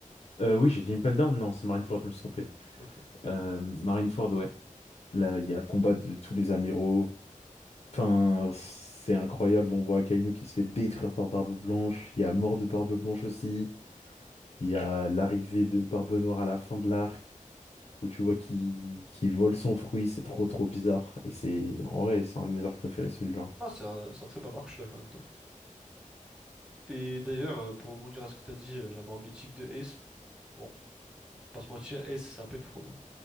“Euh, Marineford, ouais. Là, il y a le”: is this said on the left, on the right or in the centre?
Left